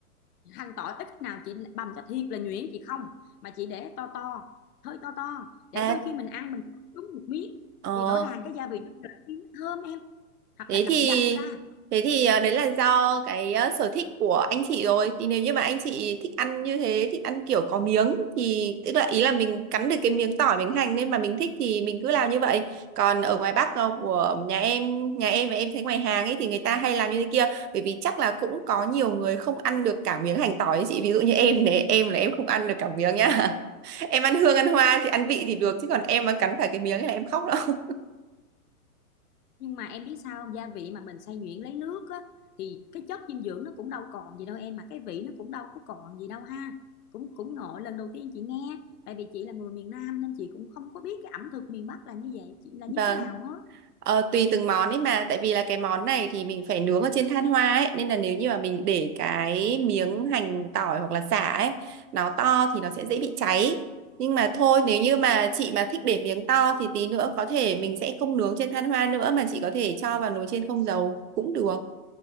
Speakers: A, on the left; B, on the right.
A: hành tỏi ít nào chị bằm cho thiệt là nhuyễn chị không mà chị để to to hơi to to để
B: à
A: đôi khi mình ăn mình cắn trúng một miếng
B: ờ,
A: thì rõ ràng cái gia vị nó lệch đi nó thơm em hoặc
B: Thế
A: là đập
B: thì
A: dập ra
B: thế thì à, đấy là do cái à, sở thích của anh chị rồi. Thì nếu như mà anh chị thích ăn như thế, thích ăn kiểu có miếng thì tức là ý là mình cắn được cái miếng tỏi miếng hành nên mà mình thích thì mình cứ làm như vậy. Còn ở ngoài Bắc à, của nhà em, nhà em và em thấy ngoài hàng ấy thì người ta hay làm như thế kia bởi vì chắc là cũng có nhiều người không ăn được cả miếng hành tỏi ấy chị. Ví dụ như em này, em là em không ăn được cả miếng nhá. <laughs> Em ăn hương ăn hoa thì ăn vị thì được chứ còn em mà cắn phải cái miếng ấy là em khóc đó.
A: nhưng mà em biết sao không? gia vị mà mình xay nhuyễn lấy nước á thì cái chất dinh dưỡng nó cũng đâu còn gì đâu em mà cái vị nó cũng đâu có còn gì đâu ha cũng cũng ngộ lần đầu tiên chị nghe tại vì chị là người miền Nam nên chị cũng không có biết cái ẩm thực miền Bắc là như vậy chị là như
B: Vâng.
A: thế nào hết
B: Ờ, tùy từng món ấy mà tại vì là cái món này thì mình phải nướng ở trên than hoa ấy nên là nếu như mà mình để cái miếng hành tỏi hoặc là sả ấy nó to thì nó sẽ dễ bị cháy nhưng mà thôi nếu như mà chị mà thích để miếng to thì tí nữa có thể mình sẽ không nướng trên than hoa nữa mà chị có thể cho vào nồi chiên không dầu cũng được